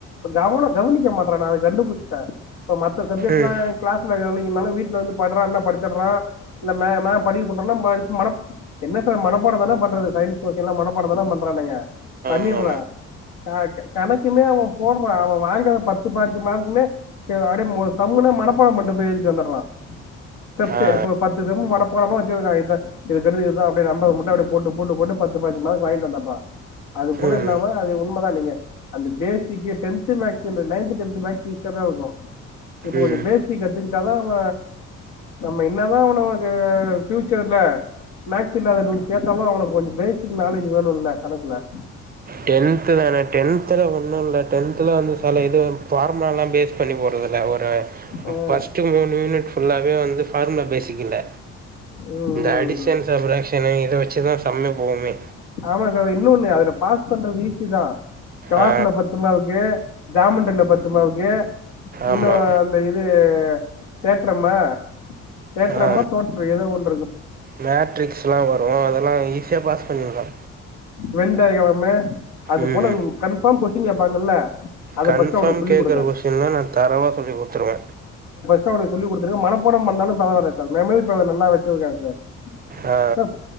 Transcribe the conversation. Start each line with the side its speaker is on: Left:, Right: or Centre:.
Left: கவன கவனிக்க மாட்றா நா அத கண்டுபுடிச்ட்டே இப்ப மத்த சப்ஜெக்ட்
Right: ம்
Left: லா கிளாஸ்ல கவனிக்கலனாலு வீட்ல வந்து பட்றானா படிச்சிட்றா இந்த மா மா படி பன்றான ம மனப் என்ன சார் மனப்பாட தான பண்றது சயின்ஸ் சொல்ல மனப்பாட தான பண்றானுங்க பண்ணிட்றா
Right: ஆமா
Left: க கணக்குமே அவ போட்றா அவ வாங்கற பத்து பதினஞ்சு மார்க்குமே க அப்டியே ம சம்மு ந மனப்பாட பன்ட்டு வந்து எழுதி வந்நுட்ளா ஸ்டெப்ஸ்
Right: ஆ
Left: இப்ப பத்து சம்மு மனப்பாடமா <unintelligible> இத ஏய் தெரிது இருடா அப்டியே நம்பர் மட்டு அப்டியே போட்டு போட்டு போட்டு பத்து பதிஞ்சு மார்க் வாங்கிட்டு வந்துரா அது போல
Right: ம்
Left: இல்லாம அது உண்மதா நீங்க அந்த பேசிக்கு டென்து மேஸ் இந்த நயன்து டென்த்து மக்ஸ் <unintelligible> தா இருக்கு இப்ப கொஞ்சோ
Right: ம்
Left: பேசிக்கு கத்துக்கிட்டாதா அவ நம்ம என்னதா அவன வந்து ஃபியூச்சர்ல மேக்ஸ் இல்லாத குரூப்ஸ்ல சேரனுனா அவனுக்கு கொஞ்சோ பேசிக் நாலேஜ் வேணுல்ல கணக்குல
Right: டென்த் தானே டென்தல ஒன்னு இல்ல டென்தல வந்து சில இது ஃபார்முலாலா பேஸ் பண்ணி போறதுல அது ல
Left: ம்
Right: ஃபர்ஸ்ட்ட் மூணு யூனிட் ஃபுல்லாவே வந்து ஃபார்முலா பேசிக் இல்ல
Left: ம்
Right: இந்த அடிஷன் சப்ராக்ஷனு இத வெச்சிதா சம்மே போவுமே
Left: அதா அதா இன்னொன்னு அதுல பாஸ் பண்றது ஈசிதா க்ராஃப்ல
Right: ஆ
Left: பத்து மார்க்கு ஜாமண்ட்ரில பத்து மார்க்கு
Right: ஆமா
Left: இன்னோ அந்த இது தேட்ரமா தேட்றமா
Right: ஆ
Left: தோற்று ஏதோ ஒன்
Right: மேட்ரிக்ஸ்லா வரு அதெல்லா ஈஸியா பாஸ் பண்ணிர்லா
Left: வெண் டைகரமு அது
Right: ம்
Left: போல கன்ஃபாம் கொஸ்டின் கேப்பாங்கல்ல அத
Right: கன்ஃபார்ம்
Left: ஃபர்ஸ்ட் அவனுக்கு சொல்லிக்
Right: கேக்குற
Left: குடுங்க
Right: கொஷின்லா நா தரொவா சொல்லி கொடுத்துருவே
Left: சா அவனுக்கு சொல்லி குடுத்துருங்க மனப்பாடம் பண்ணாலு பரவாயில்ல சார் மெம்மரி பவர் நல்லா வச்சிருப்பா
Right: ஆ
Left: சர்